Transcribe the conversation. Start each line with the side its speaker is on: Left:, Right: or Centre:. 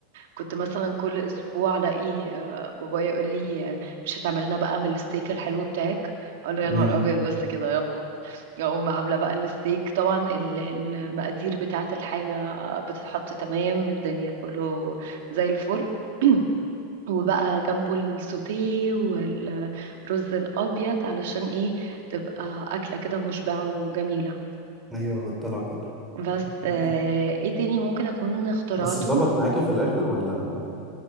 Right: كنت مثلا كل اسبوع الاقي آه، بابايا يقول لي آه، مش هتعمل لنا بقى من الستيك الحلو بتاعك اقول له يا
Centre: امم
Right: نهار ابيض بس كده يلا اقوم عامله بقى الستيك طبعا ال- المقادير بتاعه الحاجه بتتحط تمام الدنيا كله زي الفل <clears throat> وبقى جنبه السوتيه والرز الابيض علشان ايه تبقى اكله كده مشبعه وجميله
Centre: ايوه بالضلع كله
Right: بس
Centre: <laughs>
Right: آه ايه تاني ممكن اكون اخترعته
Centre: بس ظبط معاكي في الاخر ولا